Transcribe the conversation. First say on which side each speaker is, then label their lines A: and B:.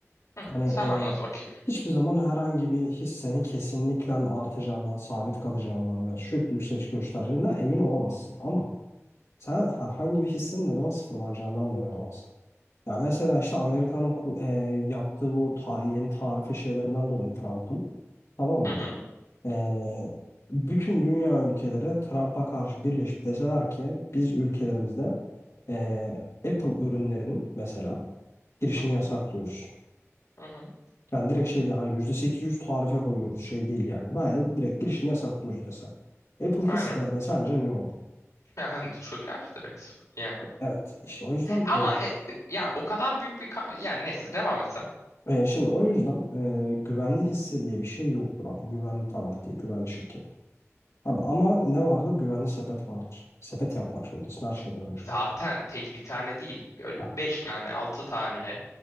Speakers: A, on the left; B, on the left.
A: Hı,
B: Hani e,
A: sen anlat bakayım.
B: hiçbir zaman herhangi bir hissenin kesinlikle artacağından, sabit kalacağından ve sürekli yükseliş göstereceğinden emin olamazsın. Ama Sen herhangi bir hissin ne zaman sıfırlanacağından da emin olamazsın. Ya mesela işte Amerika'nın ku- e, yaptığı bu ta- yeni tarife şeylerinden dolayı Trump'ın tamam mı?
A: Hı hı.
B: E, bütün dünya ülkeleri Trump'a karşı birleşip deseler ki biz ülkelerimizde e, Apple ürünlerinin mesela girişini
A: Hı hı.
B: yasaklıyoruz.
A: Hı hı.
B: Yani direkt şey değil hani %800 tarife koyuyoruz şey değil yani. Bayağı direkt girişini yasaklıyoruz dese. Apple
A: Aynen.
B: hisselerine sence ne olur?
A: Yani çöker direkt sıfır. Yani.
B: Evet işte o yüzden
A: Ama
B: e,
A: e, e, ya o kadar büyük bir ka- yani neyse devam etsen.
B: E, şimdi o yüzden e, güvenli hisse diye bir şey yoktur abi. Güvenli taraf diye, güvenli şirket. Abi ama ne vardır? Güvenli sepet vardır. Sepet yapmak zorundasın her şeyden önce.
A: Zaten tek bir tane değil. Böyle
B: Heh.
A: beş tane, altı tane.